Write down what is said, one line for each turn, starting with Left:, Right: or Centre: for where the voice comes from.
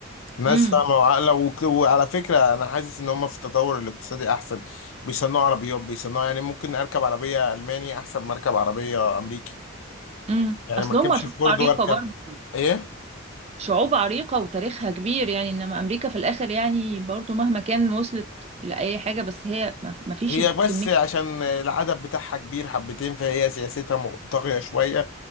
Left: ناس
Right: امم
Left: فاهمة وعاقلة وك- وعلى فكرة أنا حاسس إن هم في التطور الاقتصادي أحسن بيصنعوا عربيات بيصنعوا يعني ممكن أركب عربية ألماني أحسن ما أركب عربية أمريكي
Right: امم
Left: يعني
Right: اصل
Left: ما أركبش
Right: هم شعوب
Left: فورد
Right: عريقة
Left: وأركب
Right: برضه
Left: إيه؟
Right: شعوب عريقة وتاريخها كبير يعني انما امريكا في الاخر يعني برضه مهما كان وصلت لأي حاجة بس هي ما ما فيش
Left: هي
Right: الكمية
Left: بس عشان العدد بتاعها كبير حبتين فهي سياستها مغ- طاغية شوية